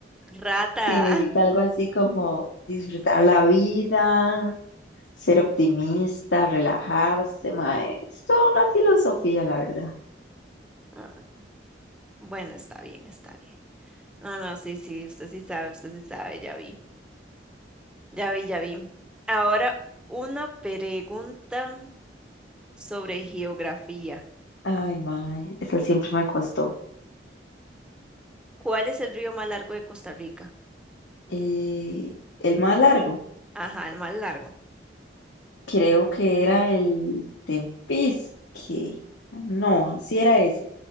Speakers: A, in the centre; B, on the left (about 85°).
A: Rata.
B: Significa
A: <laughs>
B: algo así como disfrutar la vida, ser optimista, relajarse, mae. Es toda una filosofía, la verdad.
A: Ah, bueno, está bien, está bien. No, no, sí, sí, usted sí sabe, usted sí sabe, ya vi, ya vi, ya vi. Ahora, una pregunta sobre geografía.
B: Ay, mae, eso siempre me costó.
A: ¿Cuál es el río más largo de Costa Rica?
B: Eh, el más largo,
A: Ajá, el más largo.
B: creo que era el Tempisque. No, sí era ese.